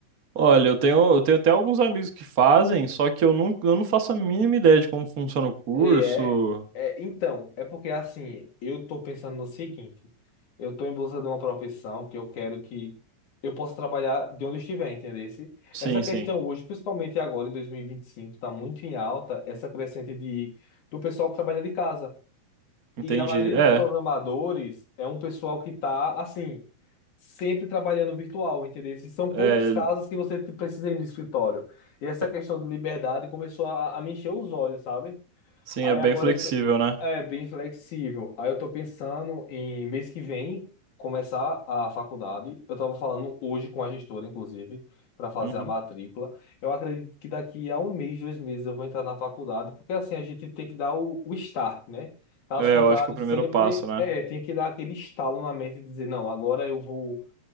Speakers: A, on the right; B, on the left.
A: Olha, eu tenho, eu tenho até alguns amigos que fazem, só que eu não, eu não faço a mínima ideia de como funciona o curso.
B: E É, é, então, é porque assim, eu tô pensando no seguinte, eu tô em busca de uma profissão que eu quero que eu possa trabalhar de onde eu estiver, entendeu?
A: Sim,
B: Essa questão
A: sim,
B: hoje, principalmente agora em dois mil e e vinte e cinco tá muito em alta essa crescente de, do pessoal que trabalha de casa.
A: entendi.
B: E a maioria dos
A: É,
B: programadores é um pessoal que tá, assim, sempre trabalhando virtual, entendeu? Esses São poucos
A: é,
B: casos que você precisa ir no escritório. E essa
A: é-
B: questão de liberdade começou a, a me encher os olhos, sabe?
A: sim,
B: Aí
A: é bem
B: agora
A: flexível,
B: eu t-
A: né?
B: é bem flexível. Aí eu tô pensando em mês que vem começar a faculdade. Eu tava falando hoje com a gestora, inclusive, para fazer
A: Uhum.
B: a matrícula. Eu acredito que daqui a um mês, dois meses eu vou entrar na faculdade, porque assim a gente tem que dar o, o start, né? Caso
A: É,
B: contrário,
A: eu acho que é o primeiro
B: sempre
A: passo, né?
B: é, tem que dar aquele estalo na mente e dizer, não, agora eu vou,